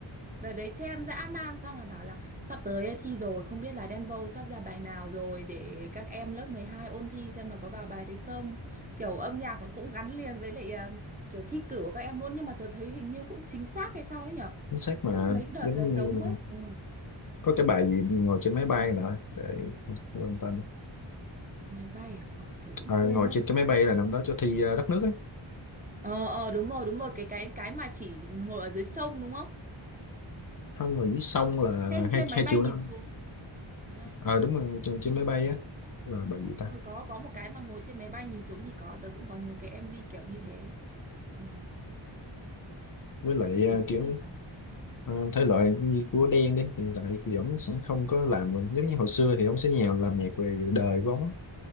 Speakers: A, on the right (about 20°); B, on the left (about 45°).
A: Đợt đấy chen dã man xong là bảo là sắp tới thi rồi không biết là Denvo sắp ra bài nào rồi để các em lớp 12 ôn thi xem là có vào bài đấy không. Kiểu âm nhạc nó cũng gắn liền với lại ờ, kiểu thi cử của các em luôn nhưng mà tớ thấy hình như cũng chính xác hay sao ấy nhở?
B: chính xác mà
A: Cũng mấy đợt
B: giống
A: là
B: như
A: giống ấy. Ừ.
B: có cái bài gì ngồi trên máy bay nữa để quên tên
A: Máy bay à? Ồ, tớ cũng
B: à,
A: quên
B: ngồi
A: mất.
B: trên cái máy bay là năm đó cho thi ờ, đất nước á
A: Ờ ờ đúng rồi, đúng rồi, cái cái cái mà chỉ ngồi ở dưới sông đúng không?
B: không rồi xong là
A: Trên trên
B: hai
A: máy
B: hai
A: bay
B: triệu
A: nhìn
B: nữa
A: xuống. Thế à?
B: ờ đúng rồi trên, trên máy bay á là bao nhiêu ta
A: Ừ, có có một cái mà ngồi trên máy bay nhìn xuống thì có, tớ cũng có nhớ cái MV kiểu như thế. Ừ.
B: với lại
A: kiểu
B: à, kiểu
A: như là
B: à, thể loại như của Đen đấy hiện tại thì ổng sẽ không có làm giống như hồi xưa thì ổng sẽ nhào làm nhạc về đời của ổng á.